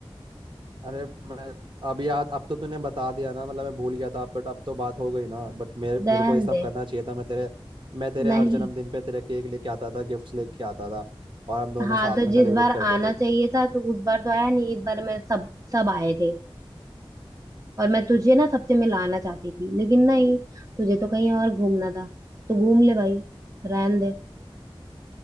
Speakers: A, on the right; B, on the right.
A: अरे मैं अब यार अब तो तूने बता दिया ना मतलब मैं भूल गया था बट अब तो बात हो गई ना बट मेरे
B: रहन
A: मेरे को ये सब
B: दे
A: करना चाहिए था मैं तेरे मैं तेरे
B: नहीं
A: हर जन्मदिन पे तेरे केक लेके आता था गिफ्ट्स लेके आता था और हम दोनों
B: हाँ
A: साथ
B: तो
A: में
B: जिस
A: सेलिब्रेट
B: बार आना
A: करते थे
B: चाहिए था तो उस बार तो आया नहीं इस बार मैं सब सब आए थे और मैं तुझे ना सबसे मिलाना चाहती थी लेकिन नहीं तुझे तो कहीं और घूमना था तो घूम ले भाई रहन दे